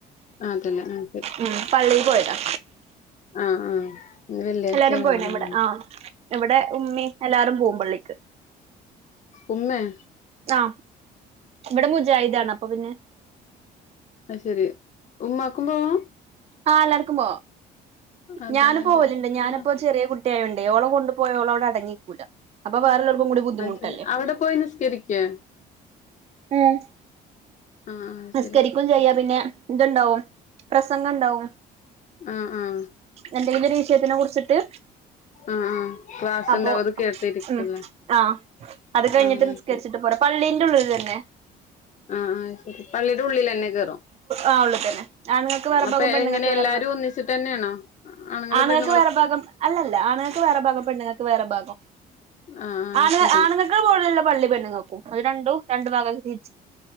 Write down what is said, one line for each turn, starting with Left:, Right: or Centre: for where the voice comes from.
Left: ആ അതല്ലേ ഉം
Right: ഉം പള്ളീ പോയതാ
Left: ആ ആഹ് ഇന്ന് വെള്ളിയാഴ്ച്ച
Right: എല്ലാരും
Left: അല്ലെ
Right: പോയിണ്
Left: പറയും
Right: ഇവിടെ
Left: പോലെ
Right: ആ ഇവിടെ ഉമ്മി എല്ലാവാരും പോകും പള്ളിക്ക്
Left: ഉമ്മയൊ?
Right: ആ ഇവിടെ മുജായിദാണ് അപ്പൊ പിന്നെ
Left: അത് ശരി ഉമ്മാക്കും പോവാം?
Right: ആ എല്ലാർക്കും പോവാം
Left: അതല്ല
Right: ഞാന് പോവലുണ്ട്
Left: അത്
Right: ഞാനിപ്പോ
Left: ആഹ്
Right: ചെറിയ കുട്ടി കുട്ടി ആയോണ്ടേ കൊണ്ടു പോയോളോടെ അടങ്ങിക്കൂല അപ്പൊ വേറൊള്ളൊ ര്ക്കും കൂടി ബുദ്ധിമുട്ടല്ലേ
Left: അത് ശരി അവിടെ പോയി നിസ്കരിക്കേ
Right: ഉം
Left: ആഹ് ആഹ്
Right: നിസ്കരിക്കും
Left: ശരി
Right: ചെയ്യാ പിന്നെ ഇത്ണ്ടാകും പ്രസംഗം ഇ ണ്ടാവും
Left: ആഹ് ആഹ്
Right: എന്തെങ്കിലൊര് വിഷയത്തിനെ കുറിച്ച്ട്ട്
Left: ആഹ് ആഹ് ക്ലാസ്
Right: അപ്പൊ
Left: ഉണ്ടാവും അത് കേട്ടിരിക്കുംല്ലേ
Right: മ് ആഹ് അത് കഴിഞ്ട്ട്
Left: ആഹ്
Right: നിസ്കരിച്ച്ട്ട്
Left: ശരി
Right: പോരാ പള്ളീല് ഉള്ളില് തന്നെ
Left: ആഹ് ആഹ് ശെരി പള്ളീടെ ഉള്ളിലെന്നെ കേർ റോ?
Right: ആ ഉള്ളിൽ തന്നെ ആണുങ്ങൾക്ക് വേറെ
Left: അപ്പോ
Right: ഭാഗം പെണ്ണുങ്ങൾക്ക്
Left: എങ്ങനെ
Right: വേറെ
Left: എല്ലാരും
Right: ഭാഗം
Left: ഒന്നിച്ച് ട്ടെന്നേണോ ആണ്ങ്ങളും
Right: ആണുങ്ങൾക്ക്
Left: പെണ്ണ്
Right: വേറെ ഭാഗം അല്ലല്ല ആണ്ങ്ങക്ക് വേറെ ഭാഗം പെണ്ണ്ങ്ങക്ക് വേറെ ഭാഗം
Left: ആഹ് ആഹ്
Right: ആണ്
Left: ശരി
Right: ആണ്ങ്ങക്ക്‌ പോല്ള്ള പള്ളി പെണ്ണുങ്ങക്കും അത് രണ്ടും രണ്ടു ഭാഗാക്കി തീർ